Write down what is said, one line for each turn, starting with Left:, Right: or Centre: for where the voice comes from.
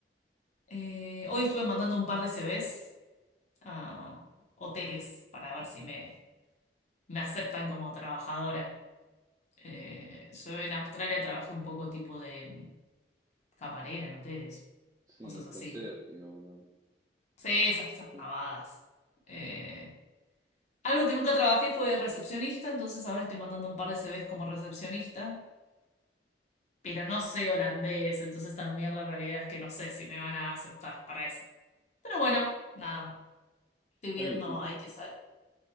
Left: Eh, hoy estuve mandando un par de CVs a hoteles para ver si me, me aceptan como trabajadora. Eh, yo en Australia trabajé un poco tipo de mm, camarera en hoteles,
Right: sí,
Left: cosas así.
Right: conserje, como-
Left: Sí, esas, esas
Right: sí.
Left: pavadas. Eh, algo que nunca trabajé fue de recepcionista, entonces ahora estoy mandando un par de CVs como recepcionista, pero no sé holandés, entonces también la realidad es que no sé si me van a aceptar para esa. Pero bueno, nada, estoy viendo
Right: Alguien pica.
Left: ahí que sale.